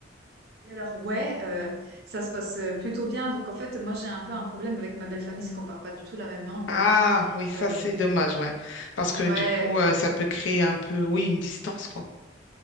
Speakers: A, on the right; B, on the left.
A: Alors ouais, heu, ça se passe, heu, plutôt bien. Donc en fait, moi, j'ai un peu un problème avec ma belle-famille, c'est qu'on parle pas du tout la même langue.
B: Ah, oui, ça
A: Hem,
B: c'est dommage, ouais. Parce que
A: ouais,
B: du coup, euh, ça peut créer un peu, oui, une distance, quoi.